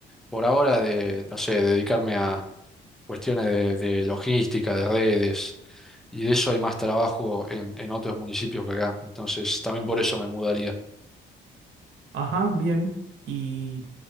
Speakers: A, in the centre; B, on the right.
A: por ahora, de, no sé, dedicarme a cuestiones de, de logística, de redes, y de eso hay más trabajo en, en otros municipios que acá, entonces también por eso me mudaría.
B: Ajá, bien. Y